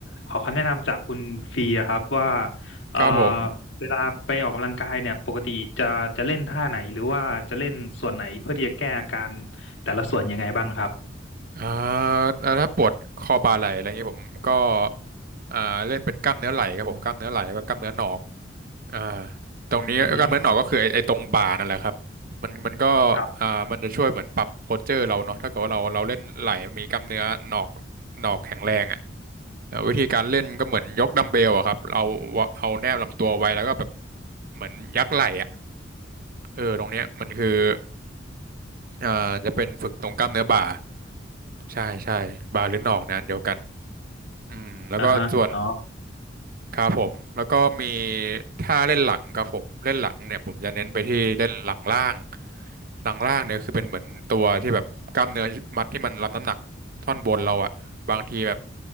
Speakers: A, on the left; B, on the right.
A: ขอคำแนะนำจากคุณฟรีอะครับว่าเอ่อ
B: ครับผม
A: เวลาไปออกกำลังกายเนี่ยปกติจะจะเล่นท่าไหนหรือว่าจะเล่นส่วนไหนเพื่อที่จะแก้อาการแต่ละส่วนยังไงบ้างครับ
B: อ่าแล้วถ้าปวดคอบ่าไหล่อะไรเงงี้ยผมก็อ่าเล่นเป็นกล้ามเนื้อไหล่ครับผมกล้ามเนื้อไหล่แล้วก็กล้ามเนื้อหนอกอ่าตรงนี้กล้ามเนื้อหนอกก็คือไอ้ไอ้ตรงบ่านั่นแหละครับมันมันก็
A: อือฮึครับ
B: อ่ามันจะช่วยเหมือนปรับโพสเจอร์เราเนาะถ้าเกิดว่าเราเราเล่นไหล่มีกล้ามเนื้อหนอกหนอกแข็งแรงอ่ะอ่าวิธีการเล่นก็เหมือนยกดัมเบลอะครับเราเอาแนบลำตัวไว้แล้วก็แบบเหมือนยักไหล่อ่ะเออตรงเนี้ยมันคืออ่าจะเป็นฝึกตรงกล้ามเนื้อบ่าใช่ใช่บ่าหรือหนอกนะอันเดียวกัน อืมแล้วก็ส่วน
A: อ่าฮะอ๋อ
B: ครับผมแล้วก็มีท่าเล่นหลังครับผมเล่นหลังเนี่ยผมจะเน้นไปที่เล่นหลังล่างหลังล่างเนี่ยคือเป็นเหมือนตัวที่แบบกล้ามเนื้อมัดที่มันรับน้ำหนักท่อนบนเราอะบางทีแบบ